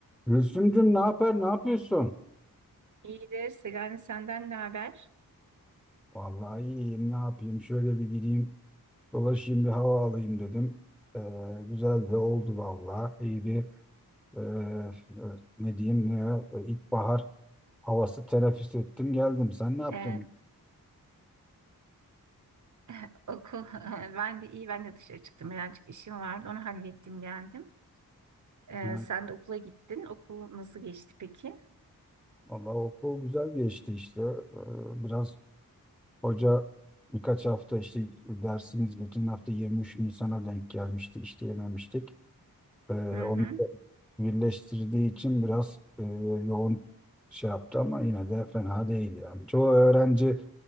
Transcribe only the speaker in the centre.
Gülsümcüm ne yapar, ne yapıyorsun?
Vallahi iyiyim, ne yapayım? Şöyle bir gideyim, dolaşayım, bir hava alayım dedim. Ee, güzel de oldu vallahi. İyi bir e, e, ne diyeyim, ne, o, e, ilkbahar havası teneffüs ettim, geldim. Sen ne yaptın?
Ha,
vallahi okul güzel geçti işte. Ee, biraz hoca birkaç hafta işte dersimiz geçen hafta 23 Nisan'a denk gelmişti, işleyememiştik. Ee,
birleştirdiği için biraz e, yoğun şey yaptı ama yine de fena değil yani. Çoğu öğrenci